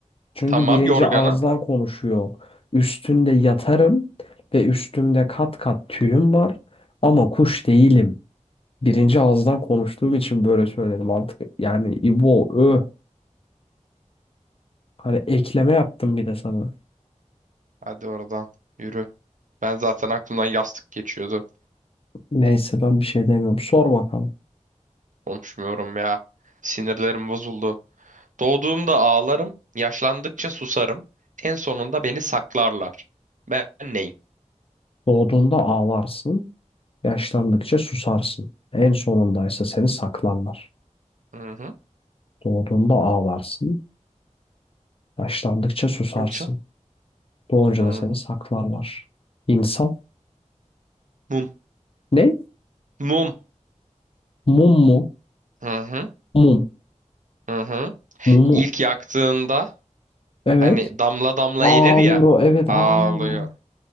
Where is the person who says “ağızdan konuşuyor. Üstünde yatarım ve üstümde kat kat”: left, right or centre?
Left